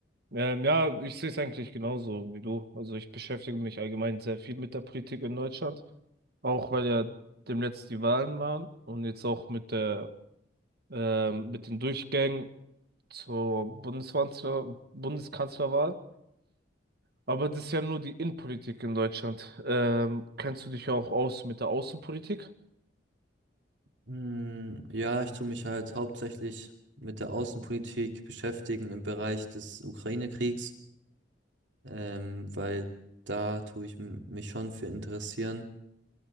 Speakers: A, on the right; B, on the right.
A: Ähm, ja, ich sehe es eigentlich genauso wie du. Also ich beschäftige mich allgemein sehr viel mit der Politik in Deutschland, auch weil ja demnächst die Wahlen waren und jetzt auch mit der ähm, mit den Durchgängen zur Bundeskanzler Bundeskanzlerwahl. Aber das ist ja nur die Innenpolitik in Deutschland. Ähm, kennst du dich auch aus mit der Außenpolitik?
B: Hm, Ja, ich tue mich halt hauptsächlich mit der Außenpolitik beschäftigen im Bereich des Ukraine-Kriegs, ähm, weil da tue ich m- mich schon für interessieren